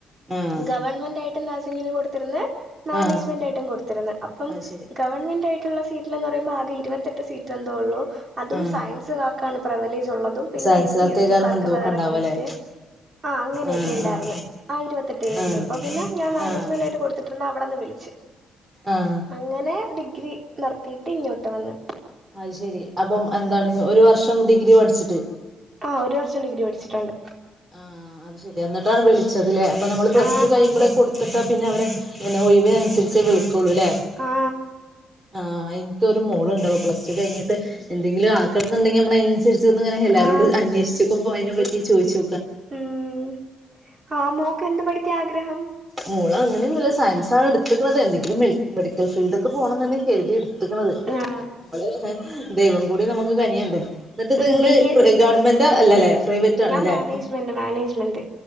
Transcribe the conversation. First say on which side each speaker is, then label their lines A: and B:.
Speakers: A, on the right; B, on the right.
A: ആഹ്
B: ഗവൺമെന്റ് ആയിട്ട് നഴ്സിങ്ങിന് കൊടുതിരുന്നേ മാനേജമെന്റ്
A: ആഹ്
B: ആയിട്ടും കൊടുത്തിരുന്ന് അപ്പം
A: അത് ശരി
B: ഗവൺമെന്റ് ആയിട്ട് സീറ്റന്ന് പറയുമ്പോ ആകെ ഇരുപത്തെട്ട് സീറ്റ് എന്തോ ഉള്ളൂ അതും
A: ആഹ്
B: സയൻസുകാർക്കാണ് പ്രവലേജ് ഉള്ളത് പിന്നെ
A: സയൻസുകാർക്കേക്കാരം
B: എസ് സി എസ് ടി കാർക്ക്
A: മുൻതൂക്കം
B: വേറെ
A: ഉണ്ടാവല്ലേ
B: സീറ്റ് ആ അങ്ങനെയൊക്കെ
A: ആഹ്
B: ഉണ്ടായിരുന്നു
A: ആഹ്
B: ആ ഇരുപത്തെട്ട് പേരിണ്ട്
A: ആഹ്
B: അപ്പ പിന്നെ ഞാ മാനേജ്മെന്റ്
A: ആഹ്
B: ആട്ട് കൊടുത്തിട്ടിരുന്ന അവിടെന്ന് വിളിച്ചു
A: ആാാ
B: അങ്ങനെ ഡിഗ്രി നിർത്തി ഇങ്ങോട്ട് വന്ന്
A: ആയിശേരി അപ്പം എന്താണ് ഒരു വർഷം ഡിഗ്രി പഠിച്ചിട്ട്
B: ആ ഒരു വർഷം ഡിഗ്രി പഠിച്ചിട്ടുണ്ട്
A: ആഹ അത് ശരി എന്നിട്ടാണ് വിളിചതല്ലേ അപ്പൊ നമ്മള് പ്ലസ്
B: ആ
A: ടു കഴിയുമ്പോള കൊടുത്തിട്ട പിന്നെ അവരെ പിന്നെഒഴിവിനനുസരിചേ വിളിക്കോളൂ അല്ലേ
B: ആ
A: ആ എനിക്ക് ഒരു മോൾ ഇണ്ട് അപ്പോ പ്ലസ് റ്റു കഴിഞ്ഞിട്ട്ന്തെങ്കിലും ആക്കണുണ്ടെങ്കിൽ നമ്മളായിന് അനുസരിച്ചിട്ട് അനുസരിച് ഇങ്ങന എല്ലാവരോടും
B: ആ
A: അന്വേഷിച്ചിക്കുമ്പോൾ അതിനെ പറ്റി ചോദിച്ചു
B: മ്മ്മ് ആ മോക്ക് എന്ത് പഠിക്കാ ആഗ്രഹം
A: മോൾ അങ്ങനെയൊന്നുല്ല സയൻസാണ് എടുത്കണത് എന്തെങ്കിലും മെഡിക്കൽ ഫീൽഡൊക്കെ പോണം തന്നെ കരുതിടു എടുത്തക്കണത്
B: ആ
A: പിന്നെ നമ്മള് ദൈവം കൂടി നമുക്ക് കനിയണ്ടേ എന്നിട്ട്
B: ഉം ബി എ
A: നി ഗവൺമെന്റ് അല്ലല്ലെ പ്രൈവേറ്റ് ആണ്ല്ലേ
B: ഞാൻ മാനേജ്മെന്റ് മാനേജ്മെന്റ്